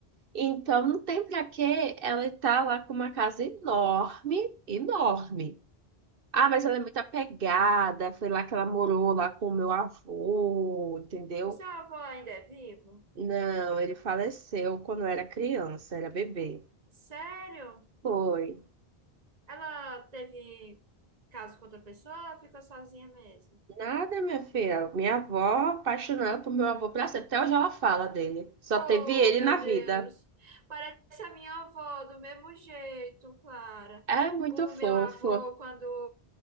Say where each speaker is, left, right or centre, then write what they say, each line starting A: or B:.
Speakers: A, on the right (about 60°); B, on the right (about 40°).
A: Então não tem para que ela estar lá com uma casa enorme, enorme. Ah, mas ela é muito apegada. Foi lá que ela morou lá com o meu avô, entendeu?
B: O seu avô ainda é vivo?
A: Não, ele faleceu quando eu era criança, era bebê.
B: Sério?
A: Foi.
B: Ela teve caso com outra pessoa, ou ela ficou sozinha mesmo.
A: Nada, minha filha. Minha avó apaixonada por meu avô pra sempre. Até hoje ela fala dele. Só
B: Oh,
A: teve ele
B: meu
A: na vida.
B: Deus. Parece a minha avó do mesmo jeito, Clara.
A: É muito
B: O
A: fofo.
B: meu avô, quando